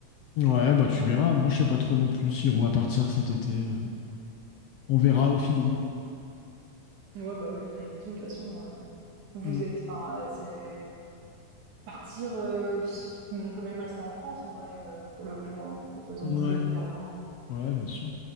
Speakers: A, on the left (about 70°); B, on the right (about 75°).
A: Ouais, bah tu verras. Moi, je sais pas trop non plus si on va partir cet été. euh. On verra au feeling.
B: Ouais, bah oui, vous avez raison, de toute façon, euh, vous
A: Mm.
B: êtes, enfin, euh, c'est partir, euh, on peut même rester en France en vrai, euh, pour le coup, hein. Pas besoin
A: Ouais.
B: de bouger hyper loin.
A: Ouais, bien sûr.